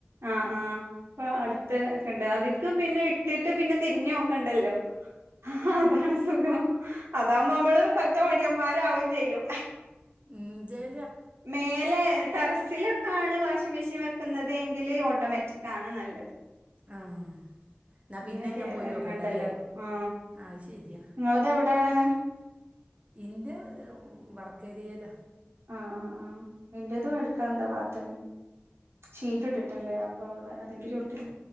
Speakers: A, on the right (about 85°); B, on the right (about 30°).
A: ആഹ ആഹ് അപ്പ അടുത്തണ്ട് അതിക്ക് പിന്നെ ഇട്ടിട്ട് പിന്നെ തിരിഞ്ഞു നോക്കണ്ടല്ലോ ആ അതാണ് സുഖം അതാവകുമ്പോ നമ്മള് പറ്റ മടിയന്മാരാവും ചെയ്യും
B: ഉം ജയ
A: മേലെ ടെറസില് ലാണ് വാഷിംഗ മെഷീൻ വെക്കുന്നത് എങ്കില് ഓട്ടോമാറ്റിക് ആണ് നല്ലത്
B: ആ എന്നാൽ
A: ഇങ്ങനെ
B: പിന്നെ
A: കേയറി
B: പോയി
A: ഇറങ്ങണ്ടല്ലോ
B: നോക്കണ്ടല്ലേ
A: ആ
B: ആ അത് ശരിയാ
A: നിങ്ങളതവി എവിടെയാണ്
B: ഇന്റെ വർക്കേരിയല്ലാ
A: ആ ആഹ് എന്റേതും അടുക്കളന്റെ ഭാത്തന്നെ ഷീറ്റ് ഇട്ടിട്ടുണ്ട് അപ്പൊ അവിടെ അതിന്റെ ചുട്ടില